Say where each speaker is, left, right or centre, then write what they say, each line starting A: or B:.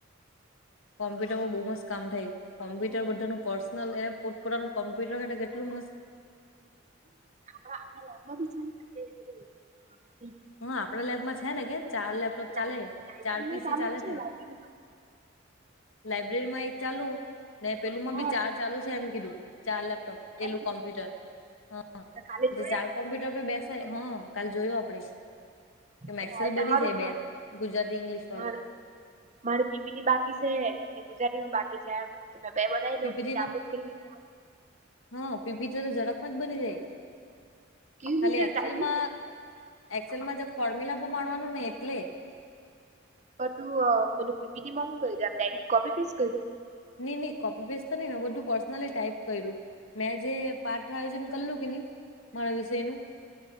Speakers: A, on the left (about 85°); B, on the right (about 35°).
A: કોમ્પ્યુટરમાં બો મસ્ત કામ થાય કોમ્પ્યુટર બધા નું પર્સનલ એ પોત પોતાનું કમ્પ્યુટર રેય ને તો કેટલું મસ્ત
B: હા <inaudible> હ
A: હા આપડા લેબમાં છે ને કે ચાર લેપટોપ ચાલે
B: લાયબ્રેરીમાં
A: ચાર પીસી
B: ચાલુ
A: ચાલે
B: જ
A: છે
B: લાયબ્રેરીમાં
A: લાઈબ્રેરી માં એક ચાલુ ને પેલું માં
B: હા
A: બી ચાર ચાલુ છે એમ કીધું ચાર લેપટોપ પેલું
B: એમ કીધું
A: કોમ્પ્યુટર હા
B: તો કાલે
A: જે
B: જોઈ
A: ચાલ
B: આવું
A: કોમ્પ્યુટર
B: આપણે
A: પર બેસે હ કાલ જોયુ આપડે કે મેક્સેલ
B: તો રાયતા
A: બની
B: હારું
A: જાય બે
B: મારી
A: ગુજરાતી ઇંગ્લિશ વાળું
B: માર મારું પી પી ટી બાકી છે ને ગુજરાતી માં બાકી છે એમ તો મેં બે બનાવી
A: પીપીટી
B: લઉ ડાઉનલોડ
A: ના
B: કરી લઉ <inaudible>
A: હા પી પી ટી તો જરાકમાં જ બની જાય
B: કેવી
A: ખાલી
B: રીતે
A: એક્સેલમાં
B: ટાઈપિંગ
A: એક્ષેલ મા જરાક ફોરમુલા બો મારવાનું ને એટલે
B: ત તુંપેલું પી પી ટી મા હું કયરુ આમ ડાઇરેક્ટ કોપી પેસ્ટ કયરુ
A: ની ની કોપી પેસ્ટ તો ની મેં બધું પર્સનલી ટાઈપ કર્યું મેં જે પાઠ આયોજન કરલું કે ની મારા વિષય નું